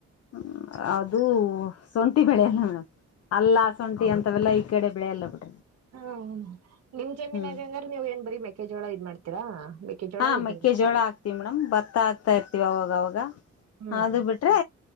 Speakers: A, on the left; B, on the right.
A: ಹ್ಮ ಅದು ಸೊಂಟಿ ಬೆಳೆ ಅಲ್ಲ ಸೊಂಠಿ ಅಂ ಅವೆಲ್ಲ ಈ ಕಡೆ ಬೆಳೆಯಲ್ಲ ಬ
B: ಹಾ ನಿಮ್ ಜಮೀನ್
A: ಹ್ಮ್
B: ಆಗಂಗ್ರ ನೀವ್ ಏನ್ ಬರಿಬೇಕ ಕೆ ಜೋಳ ಇದ್ ಮಾಡ್ತೀರಾ ಮೆಕ್ಕೆಜೋಳ
A: ಹಾ
B: ಉದ್ದಿನ
A: ಮೆಕ್ಕೆ ಜೋಳ
B: ಕಾಳು
A: ಹಾಕ್ತಿವಿ ಮೇಡಮ್ ಭತ್ತ ಆಕ್ತಾ ಇರ್ತಿವ ಅವಾಗ ಅವಾಗ
B: ಹ್ಮ್
A: ಅದು ಬಿಟ್ರೆ